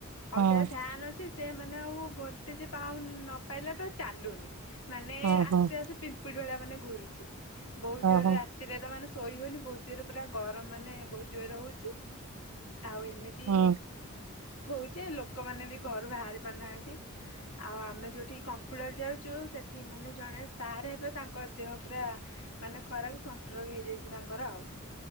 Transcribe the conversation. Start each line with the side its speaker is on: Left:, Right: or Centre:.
Right: ହଁ
Left: ଆଉ ଯାର ଫ୍ୟାନ୍ ଅଛି ସେ ମାନେ ଆଉ ଭୋଲ୍ଟେଜେ ପାଉ ନ ପାଇଲା ରୁ ଆଉ ଚାଲୁନି। ମାନେ
Right: ହଁ
Left: ଆସ୍ତେ
Right: ହଁ
Left: ଆସ୍ତେ ପିମ୍ପୁଡ଼ି ଭଳିଆ ମାନେ ଘୁରୁଚି ବହୁତ୍ ଜୋରେ
Right: ହଁ
Left: ରା ତି ରେ ତ ମାନେ ଶୋଇ ହଉନି ବହୁତ୍ ଜୋରେ ପୁରା ଗରମ‌ ମାନେ ବହୁତ୍ ଜୋରେ ହଉ ଚି ଆଉ ଏମିତି
Right: ହଁ
Left: ହଉଚି ଲୋକମାନେ‌ ବି ଘରୁ ବାହାରି ପାରୁନାହାନ୍ତି। ଆଉ ଆମେ ଯୋଉଠି କମ୍ପୁଳର ଯାଉଚୁ ସେଠି ମାନେ ଜଣେ ସାର୍ ହେବେ ତାଙ୍କ ଦେହ ପୁରା ମାନେ ଖରାକୁ ସଂଷ୍ଟ୍ରୋକ ହେଇଯାଇଚି ତାଙ୍କର ଆଉ।